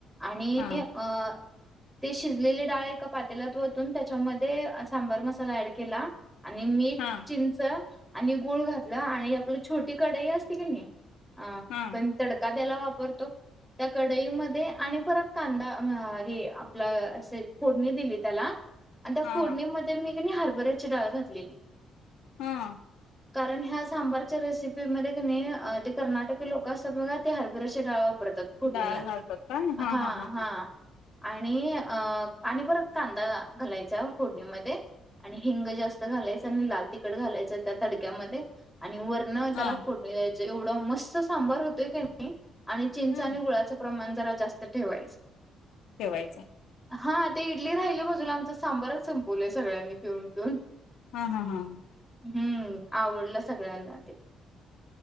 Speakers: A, in the centre; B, on the left.
A: आणि
B: हा
A: अ ते शिजलेली डाळ एका पातेल्यात वतून त्यांच्यामध्ये सांबर मसाला ॲड केला. आणि मीठ
B: हा
A: चिंच आणि गुळ घातलं आणि आपली छोटी कढई असते की नई आपण
B: हा
A: तडका त्याला वापरतो त्या कढईमध्ये आणि परत कांदा म हे आपलं असं फो डणी दिली त्याला आणि त्या
B: हा
A: फोडणीमध्ये मी कीनी हरबऱ्याची डाळ घातलेली.
B: हम्म.
A: कारण ह्या सांबारच्या रेसिपीमध्ये क नई अ ते कर्नाटकी लोक असतात बघा ते हरबऱ्याची डाळ वा रतात फोडणीला
B: डाळ घालतात काय हा
A: हां
B: हा हा
A: हां
B: हा
A: आणि अ आणि परत कांदा घालायचा फोडणीमध्ये. आणि हिंग जास्त घालायचं आणि लाल तिखट घालायचं त्या तडक्यामध्ये. आणि वरण त्याला
B: हा
A: फोडणी द्यायचं एवढं मस्त सांबार होतोय की नाही आणि चिंचा
B: हम्म
A: आणि गुळाचं प्रमाण जरा जास्त ठेवायचं.
B: ठेवायचा.
A: हा ते इडली राहिले बाजूला आमचं सांबरच संपवलंय सगळ्यांनी पिऊन पिऊन.
B: हां हां हां.
A: हम्म आवडला सगळ्यांना ते.